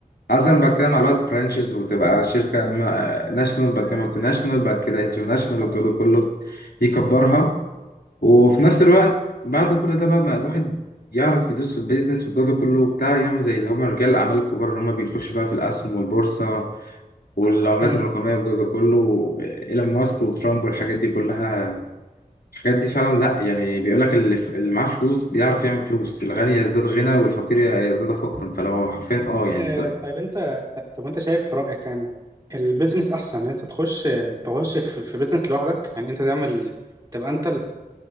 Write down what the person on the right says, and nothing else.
اه طبعا
مم.
آه
طيب انت طب انت شايف في رأيك يعني البيزنس احسن ان انت تخش تخش في, في بيزنس لوحدك يعني انت تعمل تبقى انت